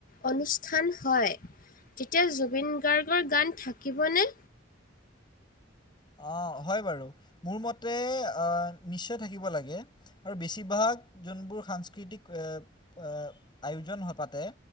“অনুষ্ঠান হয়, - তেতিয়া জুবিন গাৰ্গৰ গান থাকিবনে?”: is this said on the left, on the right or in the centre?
Left